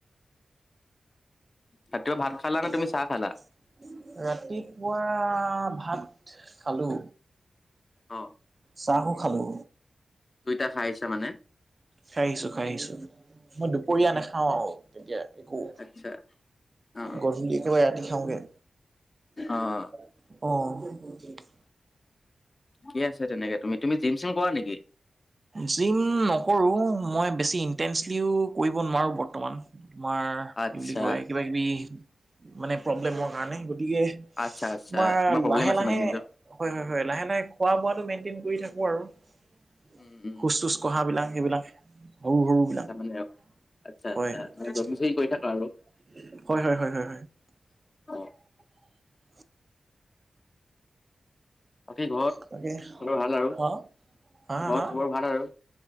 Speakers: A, on the left; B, on the right.
A: ৰাতিপুৱা ভাত
B: <inaudible>
A: খালা নে তুমি চাহ খালা?
B: ৰাতিপুৱা ভাত খালো।
A: অ
B: চাহো খালো।
A: দুইটা খাই আহিছা মানে?
B: খাই আহিছো খাই আহিছো মই দুপৰীয়া
A: ঠিকে আছে
B: নাখাওঁ আৰু তেতিয়া একো।
A: আচ্ছা অ
B: গধূলি একেবাৰে ৰাতি খাওঁগে।
A: অ'।
B: অ'।
A: কি আছে তেনেকে তুমি তুমি জিম চিম কৰা নেকি?
B: জিম নকৰোঁ মই বেছি ইনটেনঞ্চলিও কৰিব নোৱাৰোঁ বৰ্তমান। তোমাৰ
A: আচ্ছা
B: কি বুলি কয় কিবা কিবি মানে প্ৰব্লেমৰ কাৰণে। গতিকে তোমাৰ
A: আচ্ছা আচ্ছা প্ৰব্লেম
B: লাহে
A: আছে
B: লাহে
A: মানে নিজৰ
B: হয় হয় হয় লাহে লাহে খোৱা বোৱাটো মেইনটেইন কৰি থাকো আৰু। খোজ
A: উম উম
B: তোজ কঢ়াবিলাক সেইবিলাক সৰু
A: তাৰমানে
B: সৰু।
A: আচ্ছা
B: হয়,
A: আচ্ছা মানে
B: হয়,
A: জগিং চগিং কৰি
B: হয়,
A: থাকা আৰু
B: হয়, হয়।
A: অ
B: <inaudible>
A: বাকী ঘৰত
B: তাকে
A: চবৰ ভাল আৰু
B: হা হা
A: ঘৰত
B: হা?
A: চবৰ ভাল আৰু